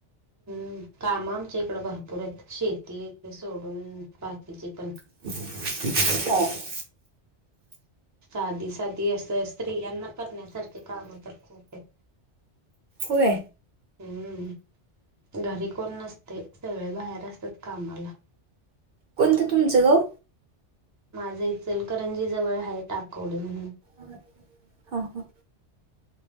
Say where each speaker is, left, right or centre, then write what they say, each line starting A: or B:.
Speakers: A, on the right (about 20°); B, on the right (about 55°).
A: हम्म काम आमच्या इकड भरपूर आहेत, शेती <unintelligible> सोडून बाकीचे पण
B: हा.
A: साधी साधी असं स्त्रियांना करण्यासारखी काम तर खूप येत
B: होय.
A: हम्म घरी कोण नसतय, सगळे बाहेर असत्यात कामाला
B: कोणतं तुमचं गाव?
A: माझ इचलकरंजी जवळ हाय टाकवडे म्हणून
B: <inaudible> हा हा.